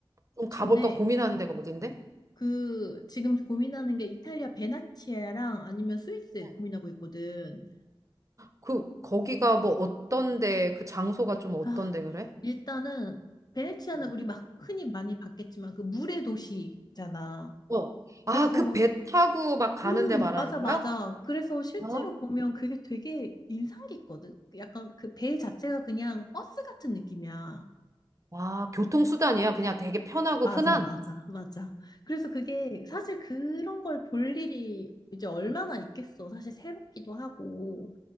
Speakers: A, on the right; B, on the left.
A: 좀 가볼까
B: 전에
A: 고민하는 데가 어딘데?
B: 그 지금 고민하는 게 이탈리아 베네치아랑 아니면 스위스
A: 응.
B: 고민하고 있거든.
A: 그, 거기가 뭐 어떤데, 그 장소가 좀 어떤데
B: 아,
A: 그래?
B: 일단은 베네치아는
A: 응.
B: 우리 막 흔히 많이 봤겠지만 그 물의 도시잖아.
A: 어. 아,
B: 그래서
A: 그 배 타고 막 가는데
B: 음,
A: 말하는
B: 맞아, 맞아.
A: 거야?
B: 그래서 실제로
A: 아,
B: 보면 그게 되게 인상 깊거든. 약간 그 배 자체가 그냥 버스 같은 느낌이야.
A: 아, 교통수단이야. 그냥 되게 편하고
B: 맞아,
A: 흔한?
B: 맞아, 맞아. 그래서 그게 사실 그런 걸 볼 일이 이제 얼마나 있겠어. 사실 새롭기도 하고.